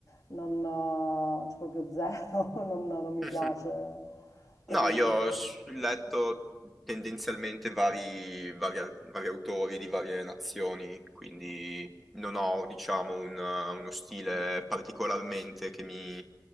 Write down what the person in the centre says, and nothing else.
<laughs>
No,
io ho s- letto tendenzialmente vari, vari ar- vari autori di varie nazioni, quindi non ho, diciamo, un, eh, uno stile particolarmente che mi,